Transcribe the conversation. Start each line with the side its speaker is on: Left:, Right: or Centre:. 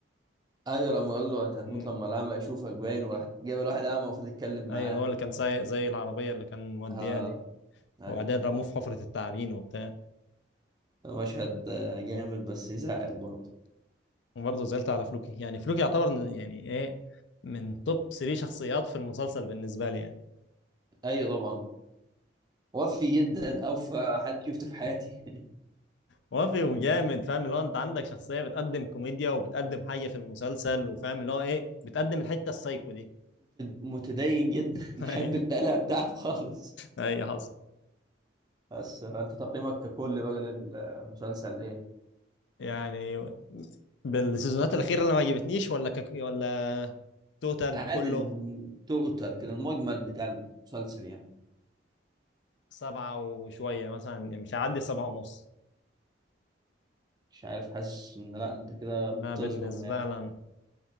Right: ايوه لما قال له انت هتموت
Left: مم.
Right: لما الاعمى يشوفك باين وراح جاب الواحد اعمى المفروض يتكلم
Left: أيوه
Right: معاه
Left: هو اللي كان سايق زي العربية اللي كان موديها
Right: ها
Left: دي
Right: ايوه
Left: وبعدين رموه في حفرة التعابين وبتاع
Right: ايوه مشهد آه، جامد بس يزعل برضه
Left: وبرضه زعلت على فلوكي يعني فلوكي يعتبر من- يعني إيه من توب 3 شخصيات في المسلسل بالنسبة لي يعني
Right: ايوه طبعا وفي جدا اوفى حد شفته في حياتي <laughs>
Left: وافي وجامد فاهم اللي هو انت عندك شخصية بتقدم كوميديا وبتقدم حاجة في المسلسل وفاهم اللي هو ايه بتقدم الحتة السايكو دي
Right: ومتدين جدا <laughs>
Left: <laughs>
Right: يحب
Left: ايوه
Right: القلق بتاعته خالص
Left: أيوة، حصل
Right: بس انت تقييمك ككل بقى للمسلسل ايه
Left: يعني بالسيزونات الأخيرة اللي ما عجبتنيش ولا كك... ولا توتال
Right: عادي
Left: بكله
Right: التوتال كده المجمل بتاع المسلسل يعني
Left: سبعة وشوية مثلا يعني مش هعدي سبعة ونص
Right: مش عارف حاسس ان لا انت كده
Left: ما
Right: بتظلمه
Left: بالنسبة
Right: يعني
Left: لنا